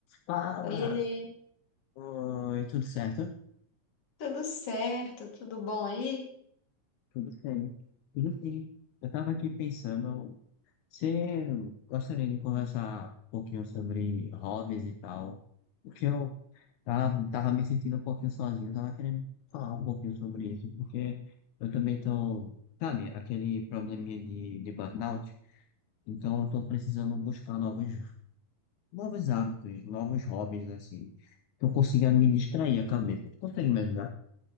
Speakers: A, on the left; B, on the left.
A: Fala!
B: Oiê,
A: Oi, tudo certo?
B: tudo certo? Tudo bom aí?
A: Tudo bem. Tudo sim. Eu estava aqui pensando, você gostaria de conversar um pouquinho sobre hobbies e tal? Porque eu tava, tava me sentindo um pouquinho sozinho, tava querendo falar um pouquinho sobre isso, porque eu também tô, sabe, aquele probleminha de, de burnout, então eu tô precisando buscar novos, novos hábitos, novos hobbies, assim, que eu consiga me distrair a cabeça. Tu consegue me ajudar?